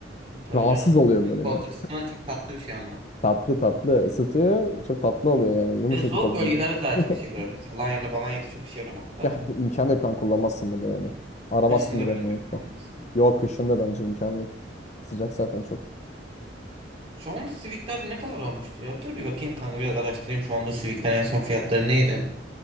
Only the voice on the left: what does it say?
Rahatsız
oluyorum böyle
biraz.
Tatlı tatlı ısıtıyor. Çok tatlı oluyor yani. Yumuşacık
oluyor.
böyle.
<laughs>
Yani imkan yok kan kullanmazsın bunu yani. Aramazsın
bile
yani.
hatta. Yok kışın da bence imkanı yok. Sıcak zaten çok.